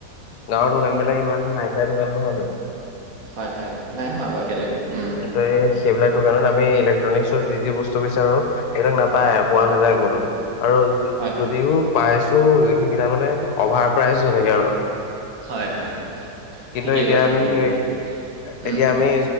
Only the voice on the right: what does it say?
হয়, হয়, নাই হোৱা বাৰু এতিয়ালৈকে৷ উম
হয় হয়
হয় হয়
ঠিকে
কৈছে
ঠিকে
কৈছে
উম